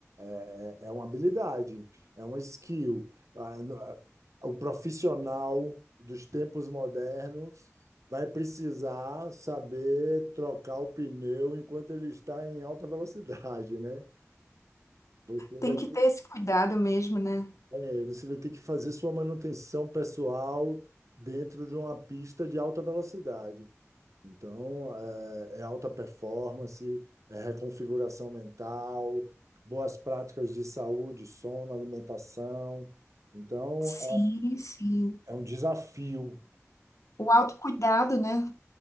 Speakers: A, on the right (about 80°); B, on the left (about 75°).
A: é, é uma habilidade, é uma skill. Ah, no- ah, O profissional dos tempos modernos vai precisar saber trocar o pneu enquanto ele está em alta velocidade, né? Você
B: Tem
A: vai ter,
B: que ter esse cuidado mesmo, né?
A: é, você vai ter que fazer sua manutenção pessoal dentro de uma pista de alta velocidade. Então, é, é alta performance, é reconfiguração mental, boas práticas de saúde, sono, alimentação. Então,
B: Sim, sim.
A: é, é um desafio.
B: O autocuidado, né?